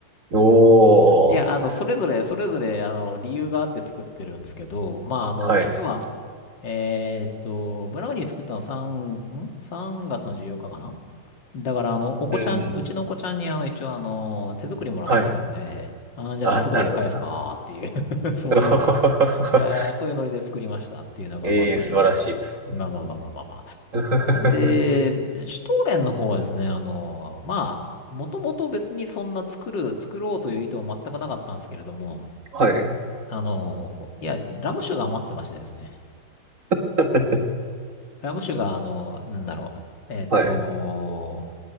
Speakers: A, on the right; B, on the left.
A: <laughs> おー。
B: いや、あの、それぞれ、それぞれ、あの、理由があって作ってるんですけど、まあ、あの、
A: はい。
B: 要は、えーっと、ブラウニー作ったの3、ん ?3 月の14日かかなだから、あの、お子ちゃん、
A: うん。
B: うちのお子ちゃんに、あの、一応、あの、手作りもらってるんで、
A: はい。
B: あー、じゃあ手作りで返すかっていう
A: あ、なるほど。
B: <laughs> そういう、
A: <laughs>
B: えーそういうノリで作りましたっていうのが、
A: えー、
B: まあ、それです。
A: 素晴らしいですね。
B: まあまあまあまあまあま
A: <laughs>
B: あ。で、シュトーレンの方はですね、あの、まあ、もともと別にそんな作る、作ろうという意図は全くなかったんですけれども、
A: はい。
B: あの、いや、ラム酒が余ってましてですね。
A: <laughs>
B: ラム酒が、あの、なんだろう。えっと、
A: はい。